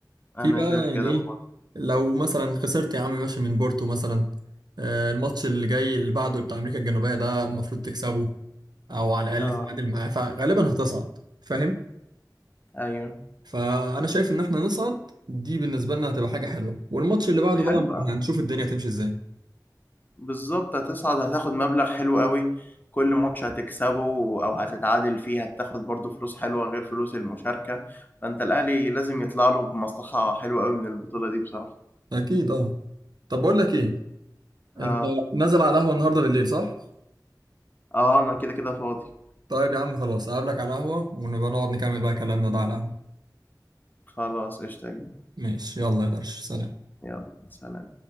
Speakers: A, on the right; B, on the left.
A: في
B: أنا
A: بقى
B: شايف كده
A: يعني ايه
B: برضه.
A: لو مثلا خسرت يا عم ماشي من بورتو مثلا آه، الماتش اللي جاي اللي بعده بتاع امريكا الجنوبيه ده المفروض تكسبه او على الاقل
B: اه
A: تتعادل معاه فغالبا هتصعد فاهم
B: أيوه
A: فانا شايف ان احنا نصعد دي بالنسبه لنا هتبقى حاجه حلوه والماتش اللي بعده
B: حلو
A: بقى هنشوف الدنيا هتمشي ازاي
B: بالظبط هتصعد هتاخد مبلغ حلو قوي كل ماتش هتكسبه او هتتعادل فيه هتاخد برضو فلوس حلوة غير فلوس المشاركة فانت الاهلي لازم يطلع له بمصلحة حلوة قوي من البطولة دي بصراحة
A: اكيد اه طب بقول لك ايه انت
B: اه
A: نازل على القهوه النهارده بالليل صح
B: اه انا كده كده فاضي
A: طيب يا عم خلاص اقابلك على القهوه ونبقى نقعد نكمل بقى كلامنا ده على القهوه
B: خلاص قشطة يا جميل.
A: ماشي يلا يا درش سلام
B: يلا سلام